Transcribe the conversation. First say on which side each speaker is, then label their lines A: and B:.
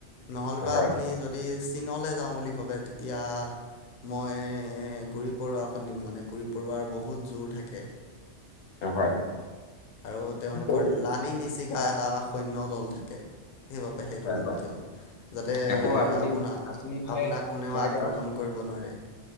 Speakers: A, on the left; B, on the left.
A: নহ'লেবা
B: হয়,
A: আপুনি যদি ইচ্। চীনলৈ যাওঁ বুলি ভাবে তেতিয়া মই গুৰি পৰুৱা। মানে গুৰি পৰুৱাৰ বহুত জোৰ থাকে।
B: অঁ, হয়।
A: আৰু তেওঁলোকৰ
B: আকৌ
A: লানি নিচিকা এটা সৈন্য দল থাকে। সেইবাবে সেইটো
B: হয়,
A: দি
B: হয়।
A: পঠিয়াম যাতে
B: আকৌ আপুনি
A: আপোনাক
B: আপুনি বোলে
A: আপোনাক কোনেও
B: মই
A: আক্ৰমণ
B: এতিয়া
A: কৰিব- অঁ নোৱাৰে।